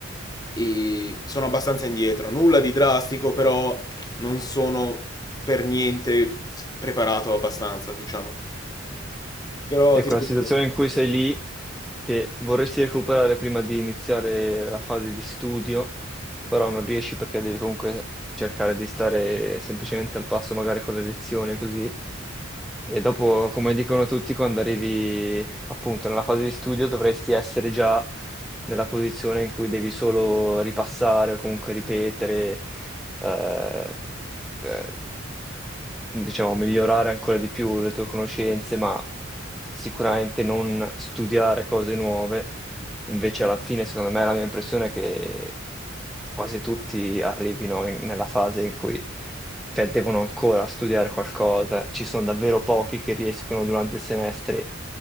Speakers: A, on the left; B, in the centre.
A: e sono abbastanza indietro. Nulla di drastico, però non sono per niente preparato abbastanza, diciamo. Però
B: ecco
A: ti
B: la
A: devo
B: situazione
A: dire.
B: in cui sei lì, che vorresti recuperare prima di iniziare la fase di studio, però non riesci perché devi comunque cercare di stare semplicemente al passo magari con le lezioni così. E dopo, come dicono tutti, quando arrivi appunto nella fase di studio dovresti essere già nella posizione in cui devi solo ripassare o comunque ripetere, eh, eh, diciamo, migliorare ancora di più le tue conoscenze, ma sicuramente non studiare cose nuove. Invece alla fine, secondo me, la mia impressione è che quasi tutti arrivino in- nella fase in cui cioè, devono ancora studiare qualcosa. Ci sono davvero pochi che riescono durante il semestre